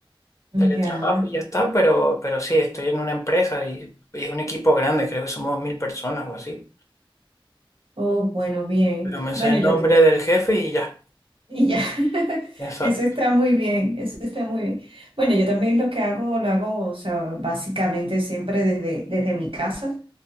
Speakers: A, on the left (about 35°); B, on the right (about 75°).
A: teletrabajo
B: Ya.
A: y ya está, pero, pero sí, estoy en una empresa y, y es un equipo grande, creo que somos mil personas o así.
B: Oh, bueno, bien.
A: Pero me
B: Bueno,
A: sé el
B: yo
A: nombre del jefe y ya,
B: Y ya, <laughs>
A: exacto.
B: eso está muy bien, eso está muy bien. Bueno, yo también lo que hago, lo hago, o sea, básicamente siempre desde, desde mi casa